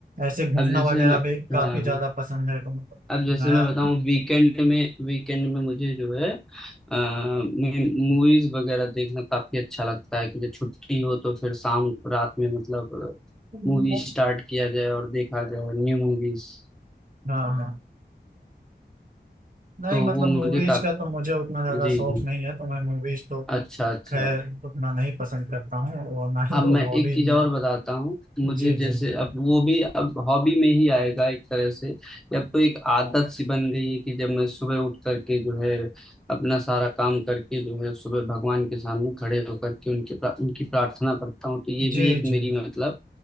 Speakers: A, on the right; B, in the centre.
A: ऐसे घूमना
B: अब जैसे
A: वगैरह
B: मैं
A: भी काफी
B: हाँ,
A: ज्यादा पसंद है तो मतलब
B: अब जैसे
A: नया
B: मैं बताऊं वीकेंड में वीकेंड में मुझे जो है मूवीज वगैरह देखना काफी अच्छा लगता है कि जब छुट्टी हो तो फिर शाम रात में मतलब
A: हम्म।
B: मूवी स्टार्ट किया जाए और देखा जाए न्यू मूवीज
A: हाँ हाँ नहीं
B: तो
A: मतलब
B: वो मुझे
A: मूवीज
B: काफी
A: का तो मुझे उतना ज्यादा
B: जी
A: शौक
B: जी
A: नहीं है तो मैं मूवीज तो
B: अच्छा अच्छा
A: खैर उतना नहीं पसंद करता हूँ और ना ही
B: अब
A: वो
B: मैं
A: हॉबीज
B: एक चीज
A: में
B: और बताता हूँ मुझे
A: जी
B: जैसे
A: जी
B: अब वो भी अब हॉबी में ही आएगा एक तरह से अब तो एक आदत सी बन गई है कि जब मैं सुबह उठ करके जो है अपना सारा काम करके जो है सुबह भगवान के सामने खड़े होकर के उनके प्रा, उनकी प्रार्थना करता हूँ तो ये
A: जी
B: भी एक
A: जी
B: मेरी मतलब